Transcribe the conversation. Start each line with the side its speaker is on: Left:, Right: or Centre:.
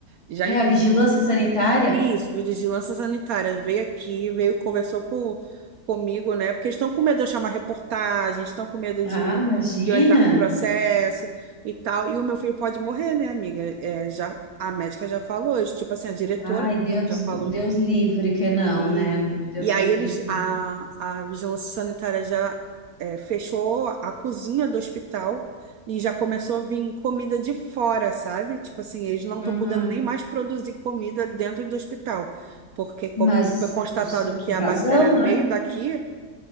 Right: Já
Left: É
Right: entendi.
Left: a vigilância sanitária.
Right: Isso, vigilância sanitária. Veio aqui, veio, conversou com, comigo, né? Porque estão com medo de eu chamar reportagem, estão com medo
Left: Ah,
Right: de,
Left: imagina.
Right: de eu entrar com o processo e tal. E o meu filho pode morrer, né, amiga? É, já, a médica já falou, tipo assim, a diretora
Left: Ai, Deus,
Right: já falou
Left: Deus livre que não,
Right: e,
Left: né, amiga? Deus
Right: e aí
Left: livre
Right: eles,
Left: que não.
Right: a, a vigilância sanitária já é, fechou a cozinha do hospital e já começou a vir comida de fora, sabe? Tipo assim, eles não estão
Left: Uhum.
Right: podendo nem mais produzir comida dentro do hospital, porque como
Left: Mas,
Right: já foi constatado
Left: com sua
Right: que a
Left: razão,
Right: bactéria
Left: né?
Right: veio daqui,